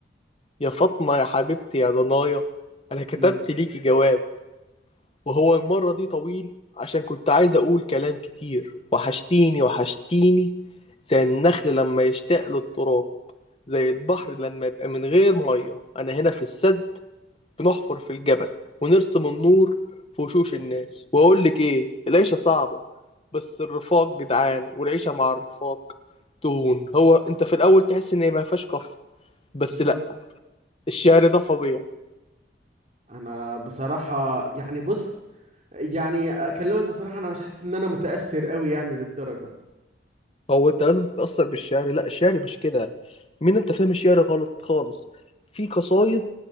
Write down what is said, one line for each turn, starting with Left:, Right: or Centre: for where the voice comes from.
Left: يا فاطمة يا حبيبتي يا ضنايا انا كتبت
Right: امم
Left: ليكي جواب وهو المرة دي طويل عشان كنت عايز أقول كلام كتير وحشتيني وحشتيني زي النخل لما يشتاق للتراب زي البحر لما يبقى من غير مية أنا هنا في السد بنحفر في الجبل ونرسم النور في وشوش الناس وأقول لك إيه العيشة صعبة بس الرفاق جدعان والعيشة مع الرفاق تهون هو أنت في الأول تحس إن ما فيهاش قافية بس
Right: بالظبط
Left: لأ الشعر ده فظيع
Right: انا بصراحة يعني بص يعني اكلمك بصراحة انا مش حاسس ان انا متأثر قوي يعني للدرجة
Left: هو انت لازم تتأثر بالشعر لا الشعر مش كده مين انت فاهم الشعر غلط خالص في قصايد